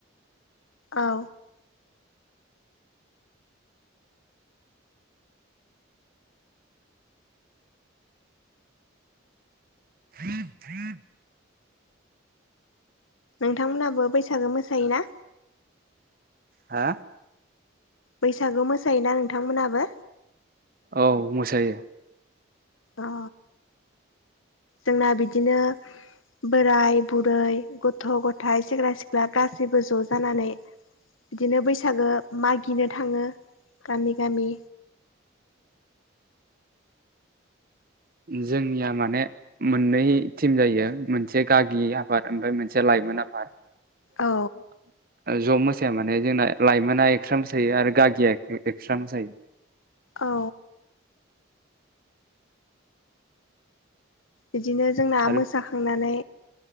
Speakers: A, on the left (about 85°); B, on the right (about 45°).
A: औ।
B: <inaudible>
A: नोंथांमोनहाबो बैसागो मोसायोना?
B: हा?
A: बैसागु मोसायोना नोंथांमोनहाबो?
B: औ मोसायो।
A: अ जोंना बिदिनो। बोराय बुरै गथ' गथायाइ सेंग्रा सिख्ला गासैबो ज' जानानै। बिदिनो बैसागो मागिनो थाङो गामि गामि।
B: जोंनिया माने मोननै टिम जायो मोनसे गागि आफाद ओमफाय मोनसेया लाइ मोन आफाद
A: औ
B: ज मोस सिया माने जोंना लाइमोना एक्स्रा मोसायो आरो गागिया एक्स्रा मोसायो।
A: औ बिदिनो जोंना
B: आरो
A: मोसाखांनानै।